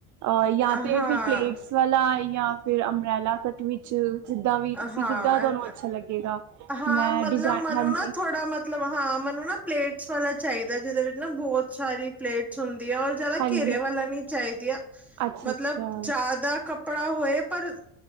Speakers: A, on the right; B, in the centre.
A: ਅ ਯਾ
B: ਹਾਂ
A: ਤੇ ਫਿਰ ਪਲੇਟਸ ਵਾਲਾ, ਯਾ ਫਿਰ ਅੰਬ੍ਰੈਲਾ ਕਟ ਵਿੱਚ ਜਿੱਦਾ ਵੀ ਤੁਸੀਂ
B: ਹਾਂ
A: ਜਿੱਦਾ ਤੁਆਨੂੰ ਅੱਛਾ ਲੱਗੇਗਾ
B: ਹਾਂ
A: ਮੈਂ
B: ਮਤਲਬ
A: ਡਿਜ਼ਾਇਨ
B: ਮਨੂੰ
A: ਹਾਂਜੀ
B: ਨਾ ਥੋੜਾ ਮਤ ਮਤਲਬ ਹਾਂ ਮੈਨੂੰ ਨਾ ਪਲੇਟਸ ਵਾਲਾ ਚਾਈਦਾ ਜਿਦੇ ਵਿੱਚ ਨਾ ਬੋਤ ਸਾਰੀ ਪਲੇਟਸ ਹੁੰਦੀ ਆ ਔਰ ਜ਼ਿਆਦਾ
A: ਹਾਂਜੀ
B: ਘੇਰੇਆਂ ਵਾਲਾ ਨੀ ਚਾਈਦੀਆਂ
A: ਅੱਛਾ
B: ਮਤਲਬ
A: ਅੱਛਾ
B: ਜ਼ਾਦਾ ਕੱਪੜਾ ਹੋਏ ਪਰ